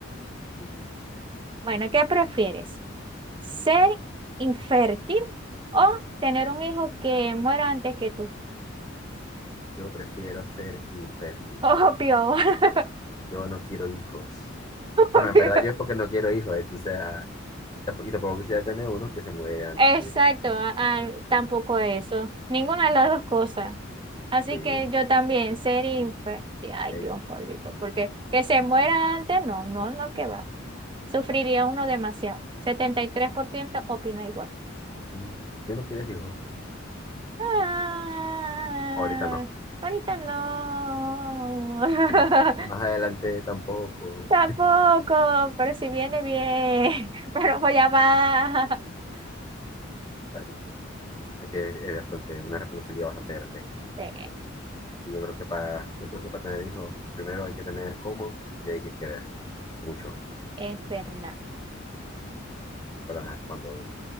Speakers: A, on the left; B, on the right.
A: Ujú.
B: Bueno, ¿qué prefieres? ¿Ser infértil o tener un hijo que muera antes que tú?
A: Yo prefiero ser infértil.
B: Obvio, <laughs>
A: Yo no quiero hijos. Bueno,
B: obvio.
A: en verdad yo es porque no quiero hijos, entonces ah, Tampo- Y tampoco quisiera tener uno que se muere antes
B: Exacto,
A: que yo.
B: ah, ah, tampoco eso, ninguna de las dos cosas.
A: Sí,
B: Así
A: porque,
B: que yo también, ser infeliz, ay
A: de
B: Dios,
A: hecho,
B: jolito, porque que se muera antes, no, no, no, que va. Sufriría uno demasiado. 73% opina igual.
A: mm, si tú no quieres hijos,
B: Ah,
A: ahorita no.
B: ahorita no. <laughs>
A: Y m- y más adelante tampoco.
B: Tampoco, pero si viene bien, <laughs> pero voy a va. <laughs>
A: Está bien. Bueno, es que es es bastante, una responsabilidad bastante grande.
B: Sí,
A: Y yo creo que para, yo creo que para tener hijos, primero hay que tener cómo y hay que querer mucho.
B: es verdad.
A: Pero ajá, cuando, uno-